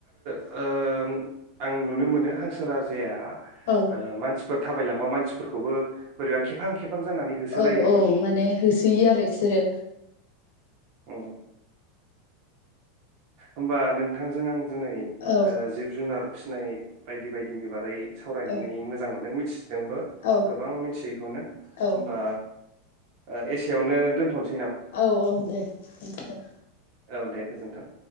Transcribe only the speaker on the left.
औ
औ औ माने होसोयो आरो इसोरो
औ
औ
औ
औ
औ औ दे दोनथलाय